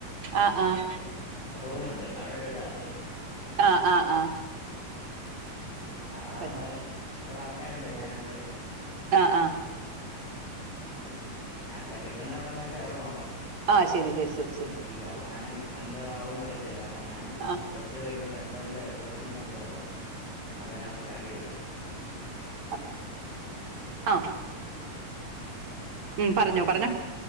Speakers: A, on the right; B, on the left.
A: ആഹ് ആഹ്
B: ഏ റൂമുണ്ട് അവിടെടെ ഇടാറി
A: ആഹ് ആഹ് ആഹ്
B: അവിടെ അവുമ്പെ
A: വരുന്നു
B: ഇവിടെ ആൾക്കാരുണ്ട് ഞാനുണ്ട്.
A: ആഹ് ആഹ്
B: ഉം അ എവിടെ കിട്ട്ന്നെ എവിടാന്ന് വെച്ചാ അവിടെ നോക്കാം,
A: ആഹ് ശരി ശരി ശരി ശരി
B: ഈ അവസാനം എന്തോ ആവൂന്ന് അറിയത്തില്ല, കാരണം ഞാനും
A: ആഹ്
B: പ്ലസ്ടു കഴിഞ്ഞിട്ട് ട്ട് എന്തോ എല്ലാം എന്തോത്തിനെല്ലാം പോയതാ അവസാനം വന്ന് ചാടിയത് ഇവിടെ.
A: അതെ ആഹ് ഉം പറഞ്ഞോ പറഞ്ഞോ